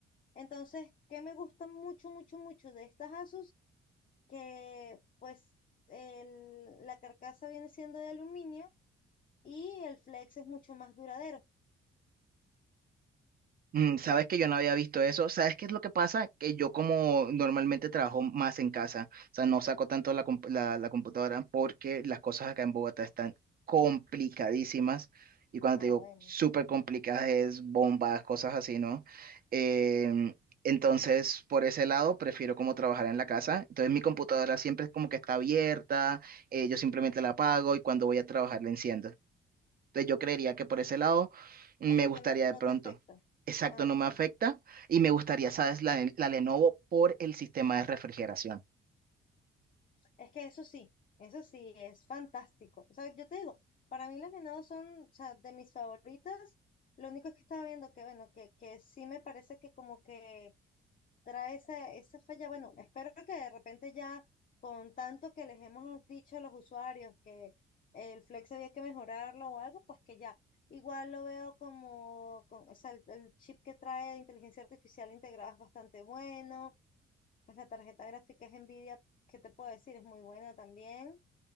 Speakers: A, on the left (about 45°); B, on the right (about 50°).
A: Entonces, ¿qué me gusta mucho, mucho, mucho de estas Asus? Que, pues, el- la carcasa viene siendo de aluminio y el flex es mucho más duradero.
B: Mm, Sabes que yo no había visto eso. ¿Sabes qué es lo que pasa? Que yo como normalmente trabajo más en casa, o sea, no saco tanto la, comp- la, la computadora porque las cosas acá en Bogotá están complicadísimas. Y cuando
A: Ah,
B: te digo
A: bueno.
B: súper complicadas es bombas, cosas así, ¿no? Em,
A: sí.
B: entonces, por ese lado, prefiero como trabajar en la casa. Entonces, mi computadora siempre es como que está abierta, eh, yo simplemente la apago y cuando voy a trabajar la enciendo. Entonces yo creería que por ese lado me
A: O sea,
B: gustaría
A: que no, no
B: de pronto.
A: te afecta.
B: Exacto,
A: Ah,
B: no
A: ok.
B: me afecta y me gustaría, ¿sabes? La, la Lenovo por el sistema de refrigeración.
A: Es que eso sí, eso sí, es fantástico. O sea, yo te digo, para mí las venados son, o sea, de mis favoritas. Lo único es que estaba viendo que, bueno, que, que sí me parece que como que trae esa, esa falla. Bueno, espero que de repente ya con tanto que les hemos dicho a los usuarios que el Flex había que mejorarlo o algo, pues que ya. Igual lo veo como, con- o sea, el, el chip que trae de inteligencia artificial integrada es bastante bueno pues la tarjeta gráfica es Nvidia, ¿qué te puedo decir? Es muy buena también.